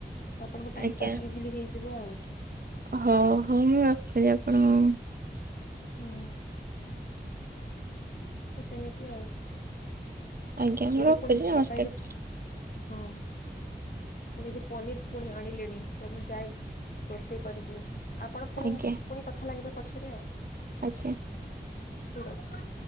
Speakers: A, on the left; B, on the right.
A: ଆପଣଙ୍କ ଟାଇମ୍
B: ଆଜ୍ଞା।
A: ପାସ୍ ଇଜିଲି ହେଇଯିବ ଆଉ।
B: ହଉ ହଉ ମୁଁ ରକହୁଚି ଆପଣଙ୍କୁ
A: ହୁଁ। ତ ସେମିତି ଆଉ
B: ଆଜ୍ଞା ମୁଁ
A: ଏବେ
B: ରଖୁଛି
A: ପୁଣି ସି
B: ନମସ୍କାର
A: ବାପା ଏବେ ହଁ। ପୁଣି ଏବେ ପନିର୍ ପୁଣି ଆଣିଲେଣି ତ ମୁଁ ଯାଏ ରୋଷେଇ କରିଦିଏ ଆପଣ ପୁଣି
B: ଆଜ୍ଞା
A: ପୁଣି କଥା ଲାଗିବା ପଛରେ ଆଉ।
B: ଆଜ୍ଞା।
A: ଠିକ୍ ଅଛି।